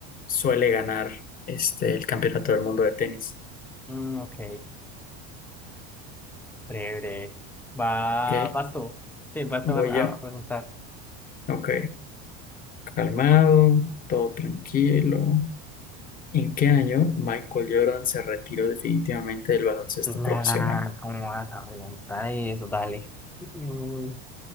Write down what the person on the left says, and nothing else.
suele ganar este, el campeonato del mundo de tenis.
¿Ok?
Voy
yo.
Ok, calmado, todo tranquilo. ¿En qué año Michael Jordan se retiró definitivamente del baloncesto
profesional?